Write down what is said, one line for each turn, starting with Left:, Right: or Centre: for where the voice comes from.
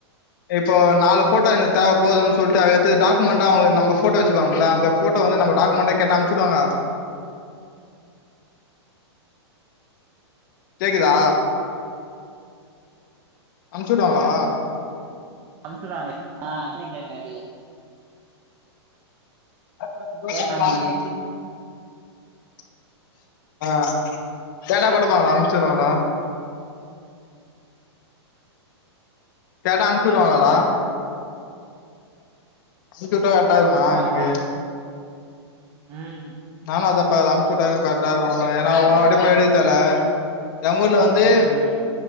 Left: இப்போ நாலு ஃபோட்டோ எனக்கு தேவ போதுன்னு சொல்ட்டு அது எடுத்து டாக்குமெண்டா அவங்க நம்ம ஃபோட்டோ வச்சுக்கலாம்ல அந்த ஃபோட்டோ வந்து நம்ம டாக்குமண்டா கேட்டா அம்ச்சுடுவாங்க கேக்குதா அம்ச்சுடுவாங்ளா
Right: அம்ச்சுடுவாங்க <inaudible>
Left: <inaudible>
Right: கேட்டாங்க
Left: ஆ கேட்டா கொடுப்பாங்ளா அம்ச்சுடுவாங்ளா கேட்டா அம்ச்சுடுவாங்களா டா அம்ச்சுட்டா கர்ட்டாருக்குமா
Right: ஆமா
Left: எனக்கு
Right: ஆமா ம்
Left: நானு அதாப்பாக்றே அம்ச்சுட்டா எனக்கு கர்ட்டாருக்கு ஏன்னா ஒவ்வொரு வாட்டிடுக்க தேவல்ல எங்கூர்ல வந்து
Right: ம்